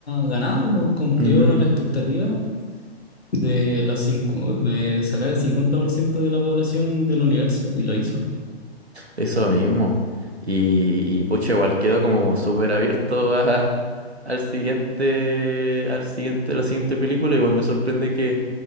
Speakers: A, on the left; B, on the right.
A: ganado, pues, cumplió
B: Ujú.
A: la expectativa de, los cincu- de sacar el 50% de la población del universo y lo hizo.
B: Eso mismo. Y, y pucha, igual quedo como súper abierto a, al siguiente, al siguiente, la siguiente película. Igual me sorprende que